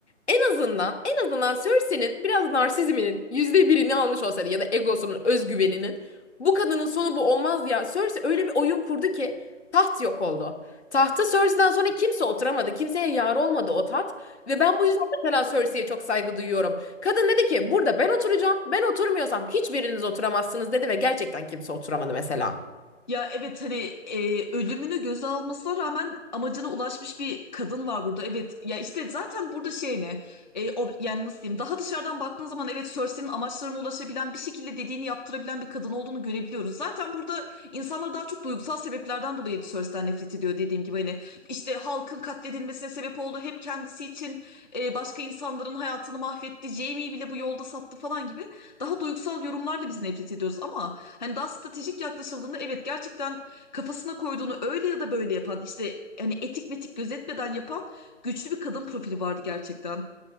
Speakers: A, on the left (about 60°); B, on the left (about 35°).
A: en azından en azından Cersei'nin biraz narsizminin yüzde birini almış olsaydı ya da egosunun, özgüveninin bu kadının sonu bu olmaz ya. Cersei öyle bir oyun kurdu ki taht yok oldu. Tahta Cersei'den sonra kimse oturamadı. Kimseye yar olmadı o taht. Ve ben bu yüzden mesela Cersei'ye çok saygı duyuyorum. Kadın dedi ki burada ben oturacağım. Ben oturmuyorsam hiçbiriniz oturamazsınız dedi ve gerçekten kimse oturamadı mesela.
B: Ya evet hani e, ölümünü göze almasına rağmen amacına ulaşmış bir kadın var burada. Evet ya işte zaten burada şey ne E, o, yani nasıl diyeyim daha dışarıdan baktığın zaman evet Cersei'nin amaçlarına ulaşabilen bir şekilde dediğini yaptırabilen bir kadın olduğunu görebiliyoruz. Zaten burada insanlar daha çok duygusal sebeplerden dolayı Cersei'den nefret ediyor dediğim gibi hani işte halkın katledilmesine sebep oldu hep kendisi için e, başka insanların hayatını mahvetti Jaime'yi bile bu yolda sattı falan gibi daha duygusal yorumlarla biz nefret ediyoruz ama hani daha stratejik yaklaşıldığında evet gerçekten kafasına koyduğunu öyle ya da böyle yapan işte hani etik metik gözetmeden yapan güçlü bir kadın profili vardı gerçekten.